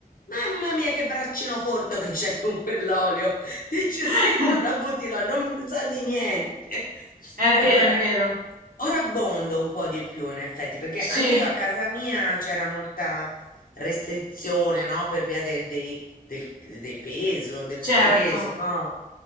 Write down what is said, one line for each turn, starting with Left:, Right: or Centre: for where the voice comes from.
Left: Mamma mia che braccino corto che c'è con quell'olio. <laughs> Dice
Right: <laughs>
Left: se non la butti là non mi sa di niente. <laughs>
Right: È
Left: Allora,
Right: vero, è vero.
Left: ora abbondo un po' di più in effetti perché
Right: Sì,
Left: anche io a casa mia c'era molta restrizione, no? Per via de- dei, del, dei peso, del
Right: certo.
Left: peso, no?